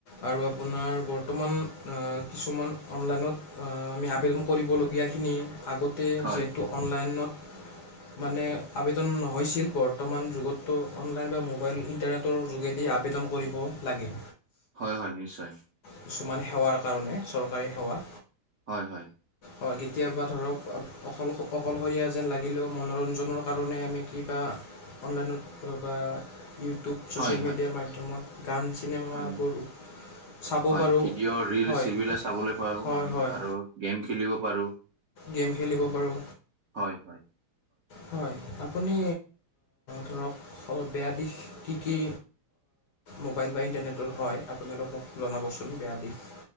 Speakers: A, on the left; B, on the right.
A: আৰু আপোনাৰ বৰ্তমান অহ কিছুমান অনলাইনত অহ আমি আবেদন কৰিবলগীয়াখিনি আগতে
B: হয়,
A: যিহেতু অনলাইনত
B: <inaudible>
A: মানে আবেদন নহৈছিল বৰ্তমান যুগতো অনলাইন বা মোবাইল ইণ্টাৰনেটৰ যোগেদি আবেদন কৰিব লাগে
B: হয় হয় নিশ্চয়
A: কিছুমান সেৱাৰ কাৰণে চৰকাৰী সেৱা
B: হয় হয়
A: হয় কেতিয়াবা ধৰক অকল অকলশৰীয়া যেন লাগিলেও মনোৰঞ্জনৰ কাৰণে আমি কিবা অনলাইনত বা ইউটিউব ছ'চিয়েল
B: হয়, হয়,
A: মিডিয়াৰ মাধ্যমত গান চিনেমাবোৰ
B: আমি
A: চাব
B: হয়
A: পাৰোঁ
B: ভিডিঅ' ৰিল
A: হয়
B: চিবিলা চাবলৈ পাওঁ
A: হয়
B: আমি
A: হয়
B: আৰু গেম খেলিব পাৰো
A: গেম খেলিব পাৰো
B: হয় হয়
A: হয় আ আপুনি ধৰক বেয়া দিশ কি কি মোবাইল বাই ইণ্টাৰনেটৰ হয় আপুনি অলপ মোক জনাবচোন বেয়া দিশ